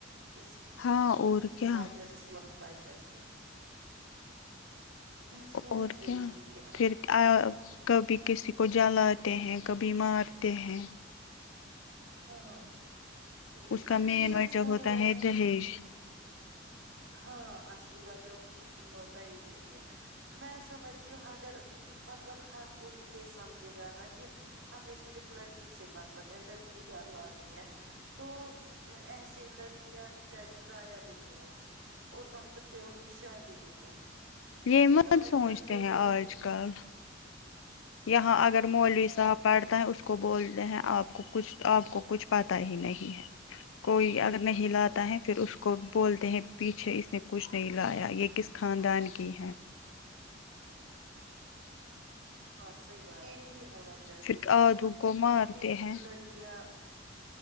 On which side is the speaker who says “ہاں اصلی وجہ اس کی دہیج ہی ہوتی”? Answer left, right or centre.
Right